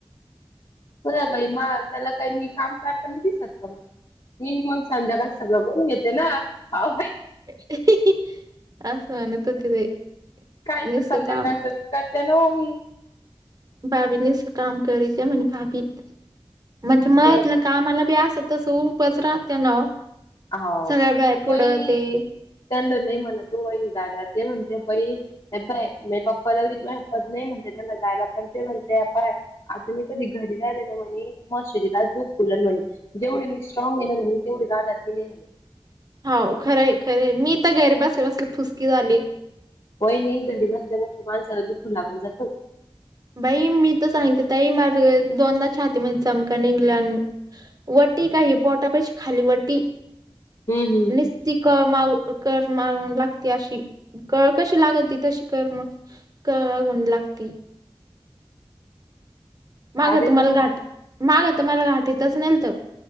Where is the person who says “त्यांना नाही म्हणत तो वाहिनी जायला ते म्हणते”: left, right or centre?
Left